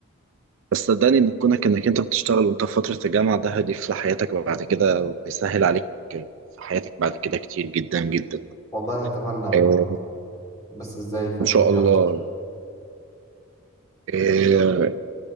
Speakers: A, on the right; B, on the left.
A: بس صدقني ان كونك انك انت بتشتغل وانت في فترة الجامعة ده هيضيف لحياتك بعد كده وهيسهل عليك في حياتك بعد كده كتير جدا جدا
B: والله اتمنى يا محمد
A: آه،
B: بس ازاي فهمني
A: ان شاء الله
B: اكتر
A: آه،